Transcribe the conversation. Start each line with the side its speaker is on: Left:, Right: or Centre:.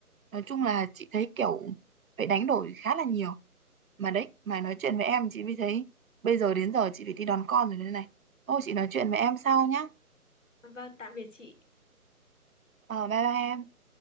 Right: Nói chung là chị thấy kiểu phải đánh đổi khá là nhiều mà đấy mà nói chuyện với em chị mới thấy bây giờ đến giờ chị phải đi đón con rồi đây này thôi chị nói chuyện với em sau nhá
Left: vâng tạm biệt chị
Right: ờ bye bye em